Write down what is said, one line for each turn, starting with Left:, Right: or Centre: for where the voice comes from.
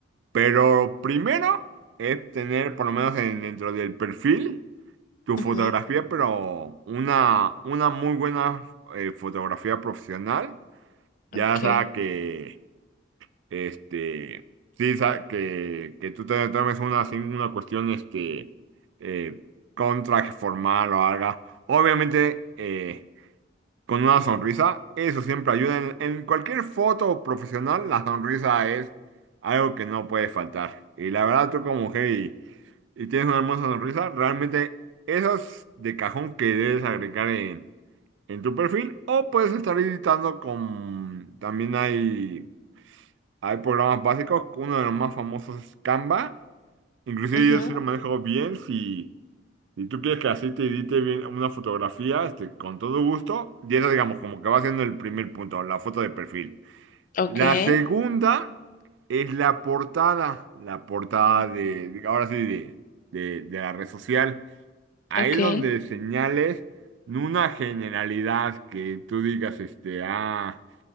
Right: Pero primero es tener, por lo menos en- dentro del perfil, tu fotografía,
Left: Ujú,
Right: pero una, una muy buena eh, fotografía profesional. Ya
Left: Okay.
Right: sea que, este, sí, sa- que, que tú te tomes una, así, una cuestión, este, eh, con traje formal o algo. Obviamente, eh, con una sonrisa, eso siempre ayuda. En, en cualquier foto profesional, la sonrisa es algo que no puede faltar. Y la verdad, tú como mujer y, y tienes una hermosa sonrisa, realmente esas de cajón que debes agregar en, en tu perfil o puedes estar editando con... También hay, hay programas básicos, uno de los más famosos es Canva. Inclusive
Left: ujú,
Right: yo sí lo manejo bien, si... Si tú quieres que así te edite bien una fotografía, este, con todo gusto, y eso digamos como que va siendo el primer punto, la foto de perfil.
Left: Okay.
Right: La segunda es la portada, la portada
Left: ujú,
Right: de, de- ahora sí, de, de, de la red social. Ahí
Left: Okay.
Right: donde señales una generalidad que tú digas, este, ah,